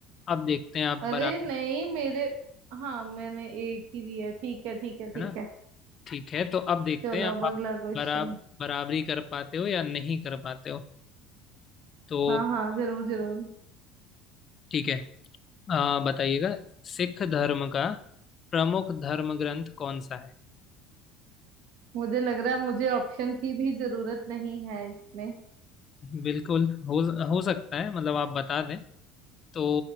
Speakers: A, on the left (about 30°); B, on the right (about 70°).
A: अब देखते हैं आप
B: अरे
A: बराबर
B: नहीं मेरे हाँ मैंने एक ही दिया ठीक है ठीक है ठीक
A: है ना
B: है
A: ठीक है तो अब देखते
B: चलो
A: हैं आप,
B: अब अगला
A: आप
B: क्वेश्चन
A: बराबर बराबरी कर पाते हो या नहीं कर पाते हो तो
B: हाँ हाँ जरूर जरूर
A: ठीक है आ, बताइएगा सिख धर्म का प्रमुख धर्म ग्रंथ कौन सा है
B: मुझे लग रहा है मुझे ऑप्शन की भी जरूरत नहीं है इसमें
A: बिल्कुल हो हो सकता है मतलब आप बता दें तो